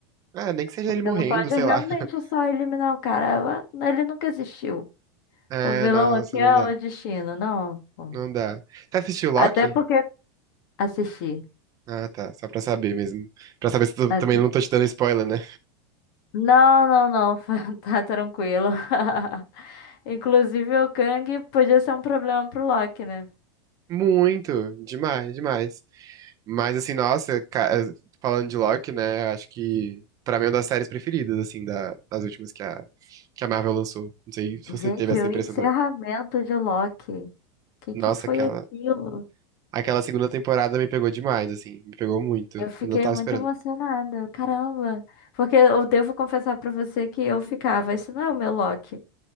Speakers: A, on the right (about 25°); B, on the left (about 50°).
A: Ah, nem que seja
B: Você
A: ele morrendo,
B: não pode
A: sei
B: realmente
A: lá. <laughs>
B: só eliminar o cara. Ah, Ele nunca existiu.
A: É,
B: O vilão
A: nossa,
B: aqui é
A: não dá.
B: o destino, não. pô.
A: Não dá. Você assistiu Loki?
B: Até porque assisti.
A: Ah, tá. Só pra saber mesmo. Pra saber se tu
B: assisti.
A: também não tô te dando spoiler, né?
B: Não, não, não, <laughs> tá tranquilo. <laughs> Inclusive o Kang podia ser um problema pro Loki, né?
A: Muito, demais, demais. Mas assim, nossa, ca- eh, falando de Loki, né, acho que pra mim é uma das séries preferidas, assim, da- das últimas que a, que a Marvel lançou. Não sei se
B: Gente,
A: você teve essa
B: o
A: impressão
B: encerramento
A: também.
B: de Loki. O que
A: Nossa,
B: que foi
A: aquela,
B: aquilo?
A: aquela segunda temporada me pegou demais, assim, me pegou muito.
B: Eu fiquei
A: Eu não tava
B: muito
A: esperando.
B: emocionada, caramba. Porque eu devo confessar pra você que eu ficava, isso não é o meu Loki.